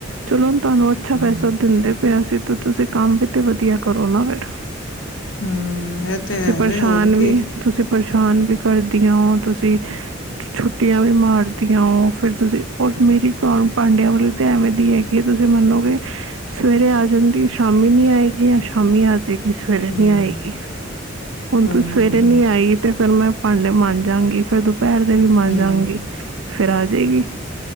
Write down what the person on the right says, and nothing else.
ਚਲੋ ਹੁਨ ਤੁਹਾਨੂੰ ਅੱਛਾ
ਪੈਸਾ ਦਿੰਦੇ ਪਏ ਅਸੀ ਤੇ ਤੁਸੀਂ ਕੰਮ ਵੀ ਤੇ ਵਧੀਆ ਕਰੋ ਨਾ ਫਿਰ
ਤੁਸੀਂ
ਪਰੇਸ਼ਾਨ
ਵੀ ਤੁਸੀਂ ਪਰੇਸ਼ਾਨ ਵੀ ਕਰਦੀਆਂ ਓ ਤੁਸੀਂ ਛੁੱਟੀਆਂ ਵੀ ਮਾਰਦੀਆਂ ਓ ਫਿਰ ਤੁਸੀਂ ਔਰ ਮੇਰੀ ਕਾਮ ਪਾਂਡਿਆਂ ਵਾਲੀ ਤੇ ਐਵੇਂ ਦੀ ਹੈਗੀ ਏ ਤੁਸੀਂ ਮੰਨੋਗੇ ਸਵੇਰੇ ਆ ਜਾਂਦੀ ਏ ਸ਼ਾਮੀ ਨੀ ਆਏਗੀ ਯਾਂ ਸ਼ਾਮੀ ਆ ਜਾਏਗੀ ਸਵੇਰੇ
ਨੀ ਆਏਗੀ ਹੁਨ
ਤੂੰ ਸਵੇਰੇ ਨੀ ਆਈ। ਤੇ ਫਿਰ ਮੈਂ ਭਾਂਡੇ ਮਾਂਜਾਗੀ ਫੇਰ ਦੁਪੈਰ ਦੇ ਵੀ ਮਾਂਜਾਗੀ।
ਫਿਰ ਆ ਜਾਏਗੀ